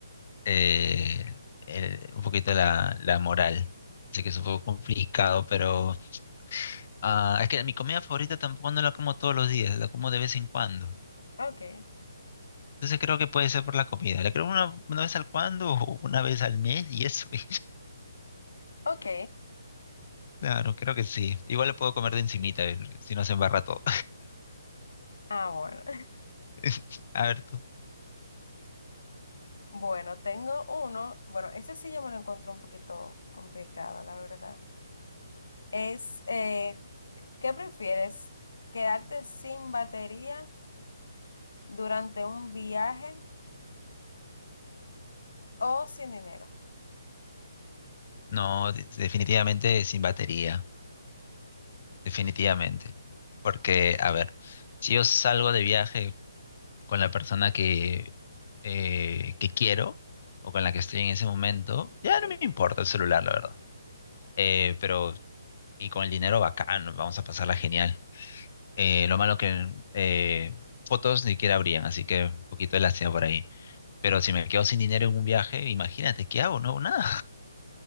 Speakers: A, on the left; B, on the left.
A: eh, el- un poquito la, la moral. Así que es un poco complicado, pero ah, es que mi comida favorita tampoco no la como todos los días, la como de vez en cuando.
B: Ok,
A: Entonces creo que puede ser por la comida. La creo una, una vez al cuando o una vez al mes y eso. <laughs> y-
B: ok.
A: claro, creo que sí. Igual lo puedo comer de encimita, eh, si no se embarra todo.
B: Ah, bueno.
A: <laughs> A ver tú.
B: Bueno, tengo uno, bueno, ese sí yo me lo encuentro un poquito complicado, la verdad. Es, eh, ¿qué prefieres? ¿Quedarte sin batería durante un viaje o sin dinero?
A: No, de- definitivamente sin batería. definitivamente. Porque, a ver, si yo salgo de viaje con la persona que, eh, que quiero o con la que estoy en ese momento, ya
B: Sí.
A: no me importa el celular, la verdad. Eh, pero, y con el dinero bacán, vamos a pasarla genial. Eh, lo malo que eh, fotos ni siquiera habrían, así que un poquito de lástima por ahí. Pero si me quedo sin dinero en un viaje, imagínate, ¿qué hago? No hago nada.